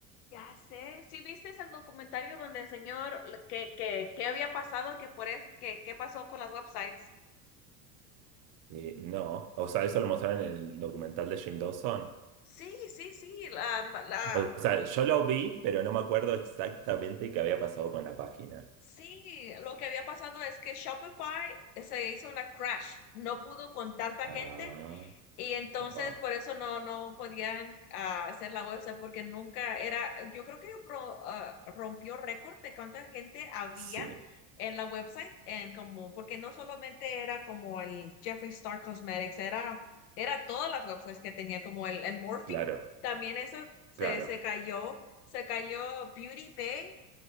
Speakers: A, on the left (about 85°); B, on the right (about 50°).
A: Ya sé. ¿Sí viste el documentario donde el señor le- que, que, que había pasado, que por es, que, qué pasó con las websites?
B: eh, no. O sea, eso lo mostraron en el documental de Jane Dawson.
A: Sí, sí, sí. La, ma- la,
B: O sea, yo lo vi, pero no me acuerdo exactamente qué había pasado con la página.
A: sí, lo que había pasado es que Shopify se hizo una crash. No pudo con tanta
B: Ah,
A: gente Y entonces
B: wow.
A: por eso no, no podían ah, hacer la website porque nunca era, yo creo que ro- ah, rompió récord de cuánta gente había
B: Sí,
A: en la website, en como, porque no solamente era como el Jeffree Star Cosmetics, era, era todas las websites que tenía, como el, el Morphe,
B: claro,
A: también eso se,
B: claro.
A: se cayó, se cayó Beauty Bay